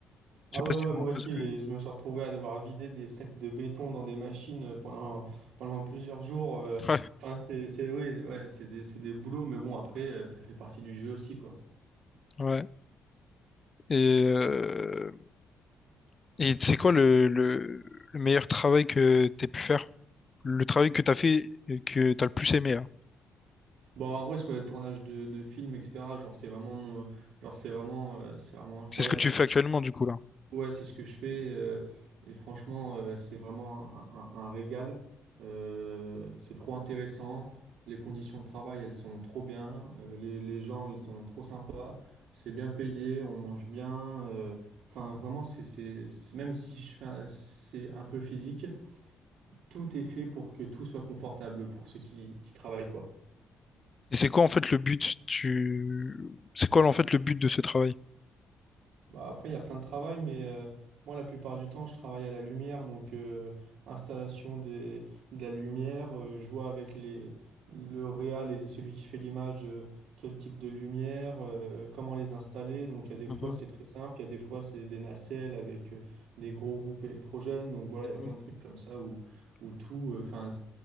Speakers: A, on the right; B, on the left.
A: Ah
B: Je sais
A: ouais,
B: pas si
A: ouais,
B: tu vois
A: moi
B: un peu
A: aussi,
B: ce
A: et
B: que.
A: je me suis retrouvé à devoir vider des sacs de béton dans des machines euh, pendant, pendant plusieurs jours. euh.
B: Ouais,
A: Enfin, c'est, c'est, oui, ouais, c'est des, c'est des boulots, mais bon, après, euh, ça fait partie du jeu aussi, quoi.
B: ouais. Et, euh... Et c'est quoi le... Le... le meilleur travail que t'aies pu faire? Le travail que t'as fait et que t'as le plus aimé, là.
A: Bah, en vrai, sur les tournages de, de films, etc., genre, c'est vraiment, mon- genre, c'est vraiment, euh, c'est vraiment incroyable.
B: C'est ce que tu fais
A: hein.
B: actuellement, du coup, là.
A: Ouais, c'est ce que je fais. euh, et franchement, euh, c'est vraiment un, un- un régal. Euh, c'est trop intéressant. Les conditions de travail, elles sont trop bien. euh, les, les gens, ils sont trop sympas. C'est bien payé, on mange bien. euh, Enfin, vraiment, c'est, c'est, c'est- même si je fais un- c'est un peu physique, tout est fait pour que tout soit confortable pour ceux qui, qui travaillent, quoi.
B: Et c'est quoi en fait le but tu... C'est quoi en fait le but de ce travail?
A: Bah après, il y a plein de travail, mais euh, moi, la plupart du temps, je travaille à la lumière, donc euh, installation des, de la lumière, euh, je vois avec les, le réal et celui qui fait l'image, euh, quel type de lumière, euh, comment les installer. Donc il y a des
B: Mhm,
A: fois, c'est très simple, il y a des fois, c'est des nacelles avec euh, des gros groupes électrogènes. Donc voilà,
B: mhm.
A: il y a plein de trucs comme ça où, où tout, euh, enfin,